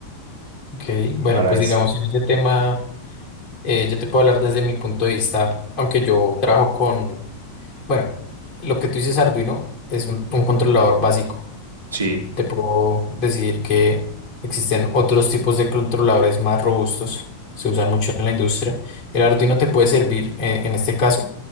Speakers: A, on the left; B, on the right.
A: ok. Bueno,
B: para
A: pues
B: eso.
A: digamos en ese tema. Eh, yo te puedo hablar desde mi punto de vista, aunque yo trabajo con, bueno, lo que tú dices Arduino es un, un controlador básico.
B: Sí.
A: Te puedo decir que existen otros tipos de controladores más robustos, se usan mucho en la industria. El Arduino te puede servir en, en este caso,